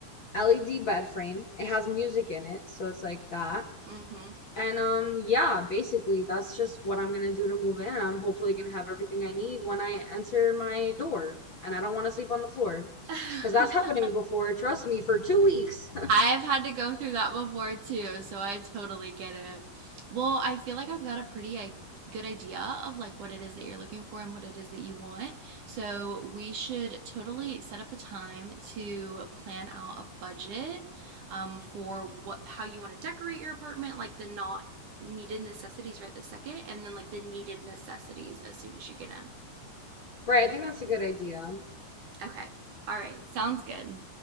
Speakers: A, on the left (about 40°); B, on the right (about 50°).
A: LED bed frame. It has music in it, so it's like that.
B: Mm hmm.
A: And um yeah, basically that's just what I'm gonna do to move in and I'm hopefully gonna have everything I need when I enter my door. And I don't want to sleep on the floor
B: <laughs>
A: because that's happened to me before. Trust me, for two weeks. <laughs>
B: I've had to go through that before too, so I totally get it. Well, I feel like I've got a pretty I- good idea of like what it is that you're looking for and what it is that you want. So we should totally set up a time to plan out a budget um, for what how you want to decorate your apartment, like the not needed necessities right this second, and then like the needed necessities as soon as you get in.
A: Right, I think that's a good idea.
B: Okay. All right. Sounds good.